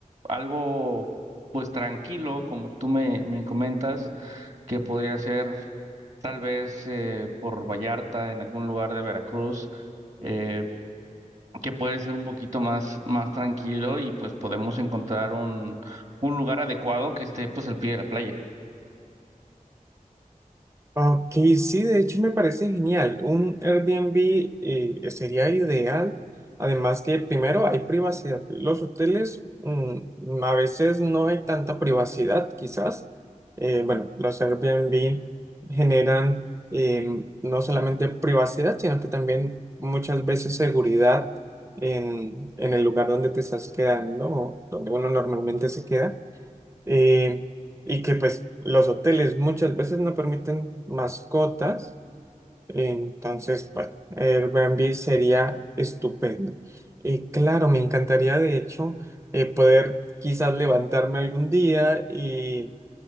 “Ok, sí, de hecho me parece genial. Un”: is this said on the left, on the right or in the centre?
Right